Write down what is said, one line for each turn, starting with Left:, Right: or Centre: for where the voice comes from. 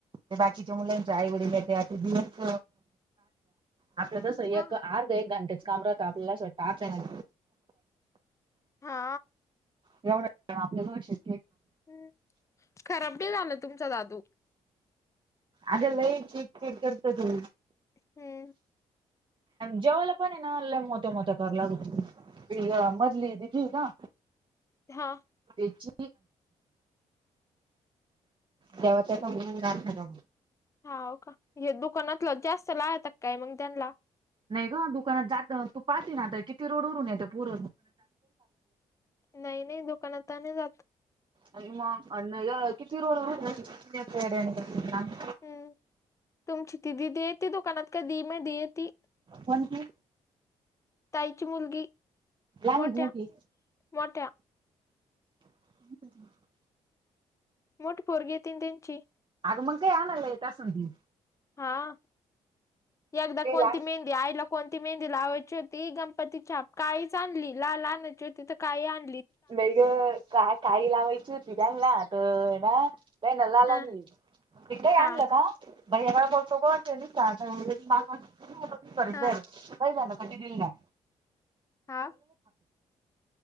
Right: ते बाकीच्या मुलांच्या आईवडला त्या दिवस. आपलं तसं
Left: हा
Right: एक अर्ध एक घंट्याच काम राहतं आपल्याला असं आता आहे.
Left: हा
Right: एवढंच आपल्या गोषीत
Left: हम्म खराब बी झालं तुमचा दादू.
Right: आग लय चिड चिड करते ते.
Left: हम्म
Right: जेवाला पण आहे ना मोठ्या मोठ्या क लाग. ते मधली दिदि आहे ना.
Left: हा.
Right: त तेव्हा त्याचा मिळून हो.
Left: हा का हे दुकानातलं जास्त लाहतात काय मग त्यांना.
Right: नाही ग दुकानात जात तू पाहते ना आता किती रोड उरून येतो पुर
Left: नाही नाही दुकानात नाही जात.
Right: आणि मग अ किती रोड <unintelligible>
Left: हम्म तुमची दिदी देत दुकानात काधी मदि येती
Right: कोणती
Left: ताईची मुलगी.
Right: लहानी
Left: मोठ्या
Right: की मोठी
Left: मोठ्या.
Right: ह
Left: मोठी पोरगी येतीन त्यांनची.
Right: अग मग काय आणायला येत असल ती.
Left: हा एकदा
Right: केला
Left: कोणती मेहंदी आईला कोणती. ती मेहंदी लावाची होती गणपती छाप काळीच आणली लाल आणायची होती तर काळी आण.
Right: नाही ग का काळी लावायची होती त्यांना तर ना त्याना लाल
Left: हा
Right: आनली. ते काय
Left: हा
Right: आणलं का. बाै या बोलतो को त्या दिवशी <unintelligible> माग कर
Left: हा
Right: जा का झालं दिदीला
Left: हा